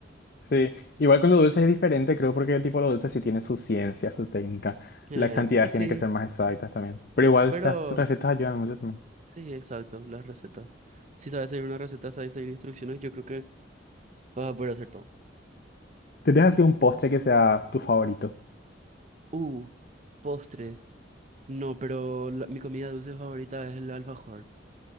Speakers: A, on the left; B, on the right.
A: Sí, igual con lo dulce es diferente, creo, porque el tipo de lo dulce sí tiene su ciencia, su técnica.
B: Eh,
A: Las cantidades
B: y sí,
A: tienen que ser más exactas también. Pero igual
B: pero
A: las recetas ayudan mucho también.
B: sí, exacto, las recetas. Si sabes seguir una receta, sabes seguir instrucciones, yo creo que vas a poder hacer todo.
A: ¿Tienes así un postre que sea tu favorito?
B: Uh, postre. No, pero la- mi comida dulce favorita es el alfajor.